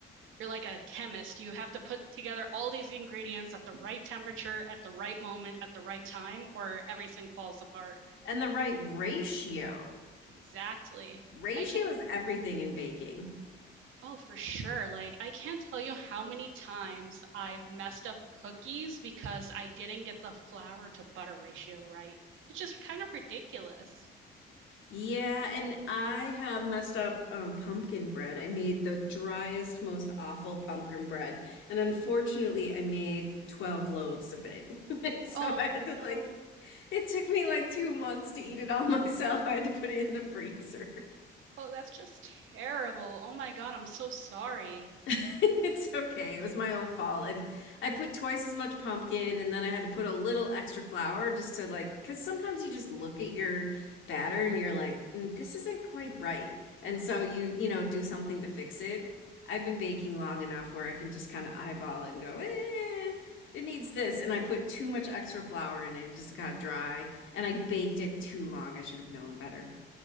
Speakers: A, on the right; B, on the left.
A: you're like a chemist. You have to put together all these ingredients at the right temperature, at the right moment, at the right time, or everything falls apart.
B: And the right ratio.
A: Exactly.
B: Ratio
A: I can't
B: is everything in baking.
A: Oh, for sure. Like, I can't tell you how many times I've messed up cookies because I didn't get the flour to butter ratio right. It's just kind of ridiculous.
B: Yeah, and I have messed up um, pumpkin bread. I made the driest, most awful pumpkin bread, and unfortunately, I made 12 loaves of it. <laughs> And so
A: Oh,
B: I had
A: no.
B: to like, it took me like two months to eat it all <laughs> myself. I had to put it in the freezer.
A: Oh, that's just terrible. Oh my God, I'm so sorry.
B: <laughs> It's okay. It was my own fault. I I put twice as much pumpkin and then I had to put a little extra flour just to like, because sometimes you just look at your batter and you're like, "Mm, this isn't quite right. And so you, you know, do something to fix it. I've been baking long enough where I can just kind of eyeball it and go, eh, it needs this. And I put too much extra flour in it. It just got dry and I baked it too long. I should have known better.